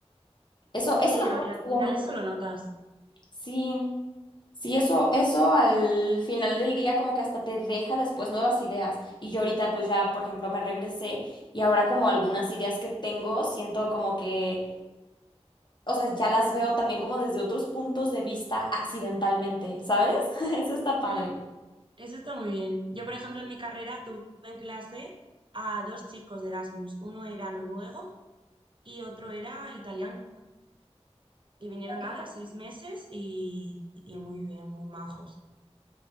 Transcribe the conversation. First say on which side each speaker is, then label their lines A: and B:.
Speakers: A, on the left (about 45°); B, on the right (about 50°).
A: Eso eso
B: Sí,
A: me acuerdo
B: a ver,
A: que
B: al
A: estuvo
B: final
A: muy
B: eso lo notas.
A: sí. Sí, eso, eso al final del día como que hasta te deja después nuevas ideas. Y yo ahorita pues ya, por ejemplo, me regresé y ahora como algunas ideas que tengo, siento como que, o sea, ya las veo también como desde otros puntos de vista accidentalmente, ¿sabes? <laughs> Eso está padre.
B: Mm, eso está muy bien. Yo, por ejemplo, en mi carrera tuve en clase a dos chicos de Erasmus. Uno era noruego y otro era italiano. Y vinieron
A: Ok.
B: nada, seis meses y, y muy bien, muy majos.